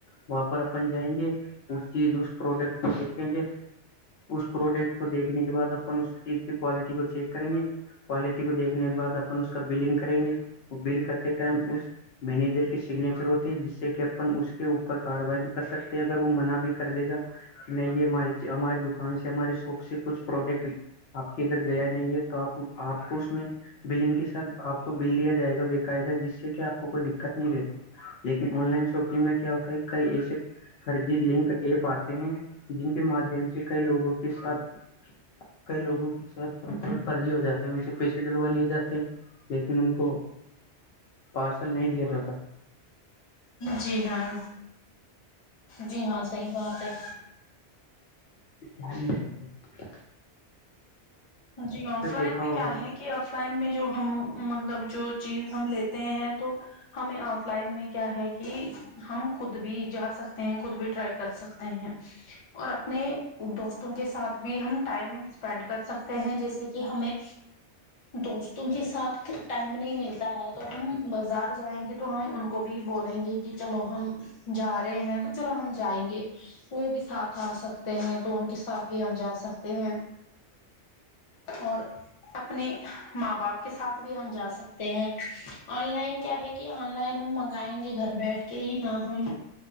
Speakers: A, on the left; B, on the left.
A: وہاں پر اپن جائیں گے اس چیز اس پروڈکٹ کو دیکچیں گے اس پروڈکٹ کو دیکھنے کے بعد اپن اس چیز کی کوالٹی کو چیک کریں گے کوالٹی کو دیکھنے کے بع اپن اس کا بلنگ کریں گے وہ بل کرتے ٹائم اس مینیجر کے سگنیچر ہوتے ہے جس سے کہ اپن اس کے اوپر کاروائی بھی کر سکتے اگر وہ منع بھی کر دے گا نہیں یہ ہماری ہماری دکان سے ہماری شاپ سے کچھ پروڈکٹ آپ کے ادھر گیا نہیں ہے تو آپ آپ کو اس میں بلنگ کے ساتھ آپ کو بل دیا جائے گا بےقاعدہ جس سے کہ آپ کو کوئی دقت نہیں رہتی لیکن آن لائن شاپنگ میں کیا ہوتا ہے کئی ایسے فرضی لنک ایپ آتے ہیں جن کے مادھیم سے کئی لوگوں کے ساتھ کئی لوگوں کے ساتھ فرضی ہو جاتا ہے ان سے پیسے ڈلوا لیے جاتے ہیں لیکن ان کو پارسل نہیں دیا جاتا
B: جی ہاں جی ہاں صحیح بات ہے
A: کیا ہی نہیں سھا
B: جی آف لائن
A: دیکھا
B: میں
A: ہوگا
B: کیا ہے کہ آف لائن میں جو ہم مطلب جو چیز ہم لیتے ہیں تو ہمیں آف لائن میں کیا ہے کہ ہم خود بھی جا سکتے ہیں خود بھی ٹرائی کر سکتے ہیں اور اپنے دوستوں کے ساتھ بھی ہم ٹائم اسپینڈ کر سکتے ہیں جیسے کہ ہمیں دوستوں کے ساتھ ٹائم نہیں ملتا ہے تو ہم بازار جائیں گے تو ہم ان کو بھی بولیں گے کہ چلو ہم جا رہے ہیں تو چلو ہم جائیں گے وہ بھی ساتھ آ سکتے ہیں تو ان کے ساتھ بھی ہم جا سکتے ہیں اور اپنی ماں باپ کے ساتھ بھی ہم جا سکتے ہیں آن لائن کیا ہے کہ آن لائن ہم منگائیں گے گھر بیٹھ کے ہی نہ ہم